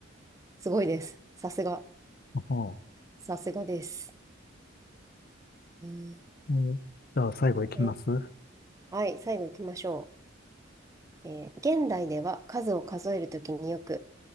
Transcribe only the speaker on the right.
すごいです。さすが、
さすがです。えー
えはい、最後行きましょう。えー現代では数を数えるときによく、